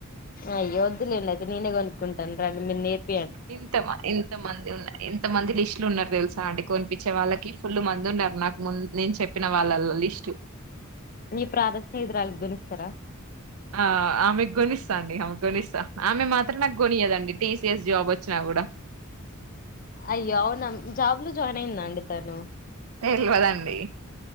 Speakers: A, on the left; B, on the right.
A: అయ్య వద్దులేండి ఆయితే నేనే కొనుకుంటాను మీరు నేర్పి
B: ఇంత ఇంత మంది ఉన్నాయి ఎంత మంది లిస్టులు ఉన్నారు. తెలుసా అండి కొనిపించే వాళ్ళకి ఫుల్ మంది ఉన్నారు. నాకు ముందు నేను చెప్పిన వాళ్ళ లిస్టు
A: నీ ప్రానా స్నేహితురాలికి కొనిస్తారా
B: ఆ ఆమె గోనిస్తా అండి ఆమెకు గోనిస్తా ఆమె మాత్రం నాకు కొనియదండి. టీసిఎస్ జాబ్ వచ్చినా కూడా
A: అయ్యో అవునా జాబ్ల జాయిన్ అయింద అండి తను
B: తెలవదండి